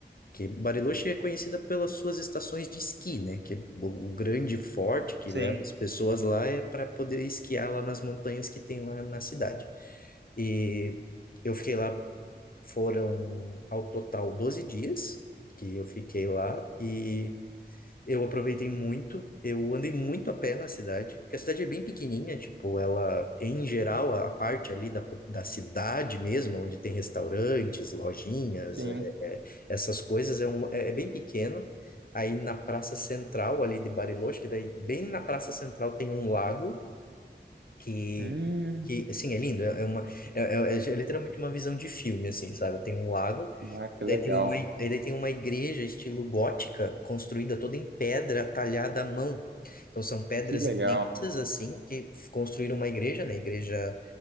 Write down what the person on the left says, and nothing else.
que Bariloche é conhecida pelas suas estações de esqui, né? Que é o o grande forte que
leva as pessoas lá é para poder esquiar lá nas montanhas que tem lá na cidade. E eu fiquei lá, foram ao total 12 dias que eu fiquei lá e eu aproveitei muito, eu andei muito a pé na cidade, porque a cidade é bem pequenininha, tipo, ela, em geral, a parte ali da, po- da cidade mesmo, onde tem restaurantes, lojinhas,
é, é, é, essas coisas, é, um, é, é bem pequeno. Aí na Praça Central ali de Bariloche, que daí bem na Praça Central tem um lago, que
que assim é lindo é é uma é, é- é é literalmente uma visão de filme assim sabe tem um lago
e
daí
tem uma e daí tem uma igreja estilo gótica construída toda em pedra talhada à mão então são pedras
imensas assim que f- construíram uma igreja né igreja